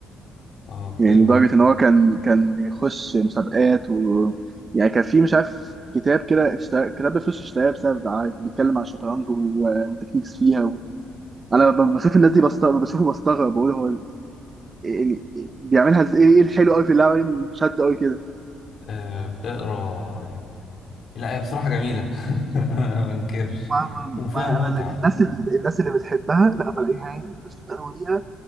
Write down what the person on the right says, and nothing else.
يعني لدرجة إن هو كان كان بيخش مسابقات و يعني كان في مش عارف كتاب كده اشترى كتاب بفلوس اشتراه بسبب عادي بيتكلم عن الشطرنج و- وتكنيكس فيها و... أنا ب- بشوف الناس دي بستغرب بشوفه بستغرب بقول هو يعني بيعملها إزاي إيه إيه الحلو أوي في اللعبة دي شد أوي كده
ما ما
ما
أنا ال- الناس ال- الناس اللي بتحبها لا بلاقيها هي مشدودة أوي ليها